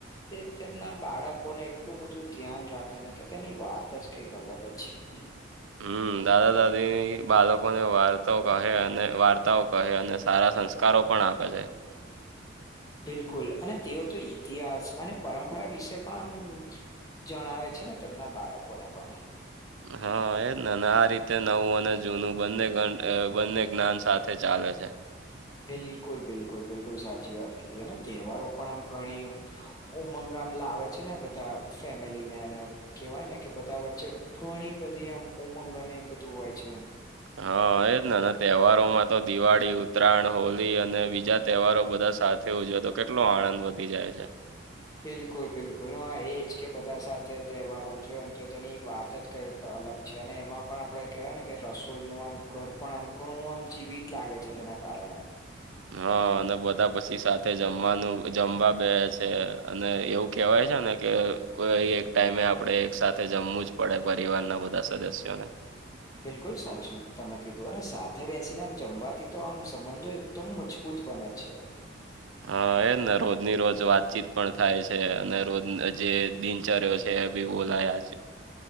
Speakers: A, on the left; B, on the right.
A: તે તેમના બાળકોને એટલું બધું ધ્યાન રાખેને કે તેની વાત જ કઈક અલગ જ છે
B: હમ દાદા દાદી બાળકોને વાર્તા કહે અને વાર્તાઓ કહે અને સારા સંસ્કાર કારો પણ આપે છે
A: બિલકુલ અને તેઓ તો ઇતિહાસ અને પરંપરા વિશે પણ આમ જણાવે છે ને તેમના બાળકોને પણ
B: હા એજ ને આ રીતે નવું અને જૂનું બંને ગ બંને જ્ઞાન સાથે ચાલે છે
A: બિલકુલ બિલકુલ બિલકુલ સાચી વાત કીધી અને તહેવારો પણ આમ ઘણી ઉમંગ આમ લાવે છે ને બધા ફેમિલીને અને કેવાય ને કે બધા વચ્ચે ઘણી બધી આમ ઉમંગ અને એ બધું હોય છે
B: હા એજ ને તહેવારોમાં તો દિવાળી ઉત્તરાયણ હોલી અને બીજા તહેવારો બધા સા થવું જોઈએ તો કેટલો આણંદ વધી જાય છે
A: બિલકુલ બિલકુલ એ જ કે બધા સાથે તહેવાર ઉજવે ને તો તેની વાત જ કઈક અલગ છે અને એમાં પણ આપડે કેહેવાય ને કે રસોઈનું આમ ઘર પણ આમ ઘણું આમ જીવિત લાગે છે તેના કારણે
B: હા અને બધા પછી સાથે જમવાનું જમવા બે છે અને એવું કહેવાય છે ને કે કોઈ એક ટાઈમે આપડે એક સાથે જમવું જ પડે પરિવાર ના બધા સદસ્યોને
A: બિલકુલ સાચું તમે કીધું અને સાથે બેસીને આમ જમવાથી તો આમ સંબંધો એકદમ મજબૂત બને છે
B: હા એજને રોજની રોજ વાતચીત પણ થાય છે અને રોજ જે દિનચર્યા છે છે એ બોલાયા છે